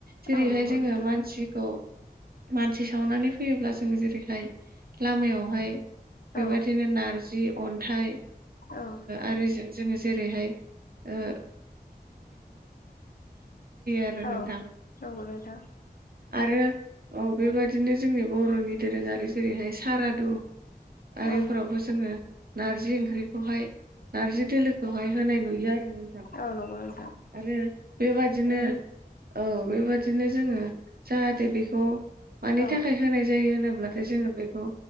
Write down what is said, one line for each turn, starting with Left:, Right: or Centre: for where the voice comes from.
Right: जेरैहाय
Left: औ नंगौ
Right: जोङो
Left: नोंथां
Right: मानसिखौ मानसि सावनानै फैयोब्ला जों जेरैहाय लामायावहाय बेबादिनो
Left: औ
Right: नारजि अन्थाइ
Left: औ
Right: आरो। जैनाय जायो आरो नोंथां
Left: औ नंगौ नोंथां
Right: आरो। औ बेबायाददिनो जोंनि बर'नि दोरोङारि जेरैहाय सारादु आरिफोरावबो
Left: औ
Right: जोङो नारजि ओंख्रिखौहाय नारजि दोलोखौहाय होनाय नुयो आरो नोंथां।
Left: औ नंगौ नोंथां।
Right: आरो बेबादिनो औ बेबादिनो जोङो जाहाथे बेखौ मानि
Left: औ
Right: थाखाय होनाय जायो होनोब्लाथाय जोङो बेखौ